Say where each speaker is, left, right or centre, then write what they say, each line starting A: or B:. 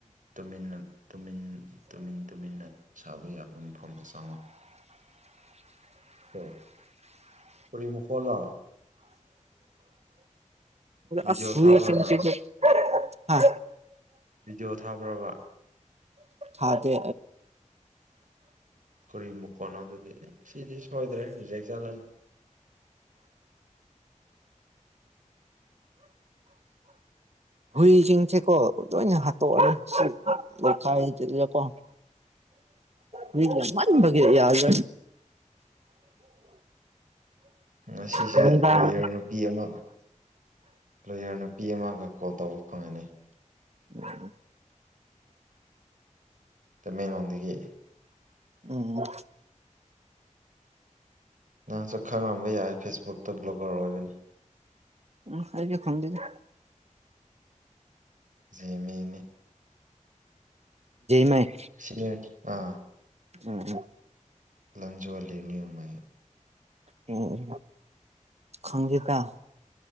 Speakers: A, on the right; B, on the right.
A: ꯇꯨꯃꯤꯟꯅ ꯇꯨꯃꯤꯟ ꯇꯨꯃꯤꯟ ꯇꯨꯃꯤꯟꯅ ꯁꯥꯕ ꯌꯥꯕ ꯃꯐꯝꯗ ꯆꯪꯉꯛ ꯑꯣ ꯇꯔꯤꯃꯈꯣꯂꯥ ꯚꯤꯗꯤꯑꯣ
B: ꯑꯁꯨꯏꯁꯁꯤꯗꯤ
A: ꯊꯥꯕ꯭ꯔꯥ ꯅꯪ
B: ꯍꯥ
A: ꯕꯤꯗꯤꯑꯣ ꯊꯥꯕ꯭ꯔꯕ
B: ꯍꯗꯤ
A: ꯀꯨꯔꯤ ꯃꯈꯣꯟꯅꯣ ꯑꯗꯨꯗꯤ ꯑꯦ ꯁꯤꯗꯤ ꯁꯣꯏꯗ꯭ꯔꯦ ꯔꯤꯖꯦꯛ ꯆꯜꯂꯅꯤ
B: ꯍꯨꯏꯁꯤꯡꯁꯦꯀꯣ ꯂꯣꯏꯅ ꯍꯥꯠꯇꯣꯛꯑꯅꯤ ꯂꯩꯥꯏꯁꯤꯗꯀꯣ ꯎꯃꯅꯤꯕꯒ ꯌꯥꯖ
A: ꯉꯁꯤꯁꯦ
B: ꯅꯨꯡꯗꯥꯡ
A: ꯂꯣꯌꯔ ꯅꯨꯄꯤ ꯑꯃ ꯂꯣꯌꯔ ꯅꯨꯄꯤ ꯑꯃꯒ ꯀꯣꯜ ꯇꯧꯕ ꯐꯪꯒꯅꯤ
B: ꯎ
A: ꯇꯃꯦꯡꯂꯣꯡꯗꯒꯤ
B: ꯎꯝ
A: ꯅꯪꯁꯨ ꯈꯪꯉꯝꯕ ꯌꯥꯏ ꯐꯦꯁꯕꯨꯛꯇ ꯕ꯭ꯂꯣꯒꯔ ꯑꯣꯏꯕꯅꯤ
B: ꯎ ꯑꯩꯗꯤ ꯈꯪꯗꯗꯤ
A: ꯖꯦꯃꯤꯅꯤ
B: ꯃꯥꯏ
A: ꯁꯤꯅꯦ ꯑꯥ
B: ꯎꯝ ꯎꯝ
A: ꯂꯪꯖꯣꯔ ꯂꯩꯅꯤꯌꯨ ꯃ
B: ꯑꯣ ꯈꯪꯖꯀ